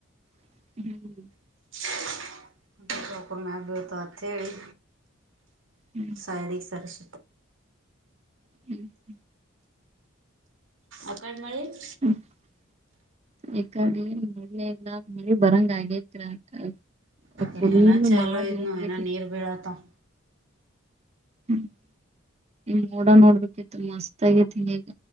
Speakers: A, on the right; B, on the right.
A: ಹ್ಮ್
B: <unintelligible> ಮ್ಯಾಲ್ ಬೋತ್ತವೊ ಅಂತೇಳ್ಳಿ
A: ಹ್ಮ್
B: ಸಡಿ ಸರಸ
A: ಹ್ಮ್ ಹ್ಮ್
B: ಅಕಡ್ <unintelligible>
A: <unintelligible> ಯಏಕಾದ್ರೆ ಮೆ <unintelligible> ಎಲ್ಲ ಮಳಿ ಬರಂಗ ಆಗೇ <unintelligible>
B: ಇಲ್ಲೇನ ಚಾಲೋ
A: ಮಾಡ
B: ಐತ್ ನೋಡ್
A: ಬಿ
B: ಇನ್ನ
A: <unintelligible>
B: ನೀರ್ ಬೀಳತಾವ್
A: ಹ್ಮ್ಮ ನೋಡ ನೋಡ್ಬೇಕತ್ತು ಮಸ್ತ್ ಆಗೇತಿ ಈಗ.